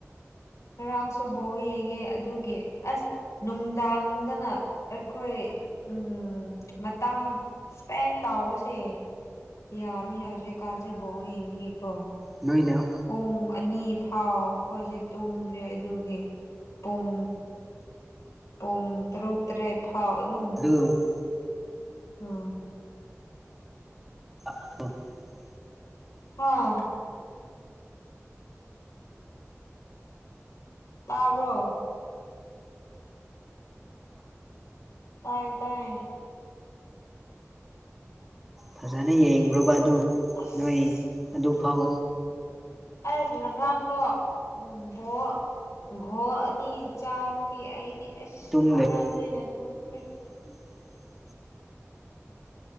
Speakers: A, on the left (about 80°); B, in the centre.
A: ꯉꯔꯥꯡꯁꯨ ꯕꯣꯜ ꯌꯦꯡꯉꯦ ꯑꯗꯨꯒꯤ ꯑꯁ ꯅꯨꯡꯗꯥꯡꯗꯅ ꯑꯩꯈꯣꯢ ꯎꯝ ꯃꯇꯝ ꯏꯁꯄꯦꯟ ꯇꯥꯎꯕꯁꯦ ꯌꯥꯝꯃꯤ ꯍꯧꯖꯤꯛꯀꯥꯟꯁꯦ ꯕꯣꯜ ꯌꯦꯡꯕꯒꯤꯀꯣ
B: ꯅꯣꯢꯅ
A: ꯄꯨꯡ ꯑꯅꯤ ꯐꯥꯎ ꯑꯩꯈꯣꯢꯁꯦ ꯇꯨꯝꯗ꯭ꯔꯦ ꯑꯗꯨꯒꯤ ꯄꯨꯡ ꯄꯨꯡ ꯇꯔꯨꯛ ꯇꯔꯦꯠ ꯐꯥꯎ ꯑꯗꯨꯝ
B: <unintelligible>
A: ꯎꯝ
B: <unintelligible>
A: ꯍꯥ ꯇꯥꯕ꯭ꯔꯣ ꯇꯥꯢꯌꯦ ꯇꯥꯢꯌꯦ
B: ꯐꯖꯅ ꯌꯦꯡꯕ꯭ꯔꯣꯕ ꯑꯗꯨ
A: ꯑꯁ
B: ꯅꯣꯢ ꯑꯗꯨꯐꯥꯎ
A: ꯑꯩꯁ ꯉꯔꯥꯡꯗꯣ ꯎ ꯚꯣ ꯒꯣ ꯑꯅꯤ ꯆꯥꯕꯒꯤ ꯑꯩꯗꯤ ꯑꯁ
B: ꯇꯨꯝꯗꯁꯨ
A: ꯀꯥꯟꯗ꯭ꯔꯦꯅꯦ ꯇꯨꯝꯈ꯭ꯔꯦ
B: <inaudible>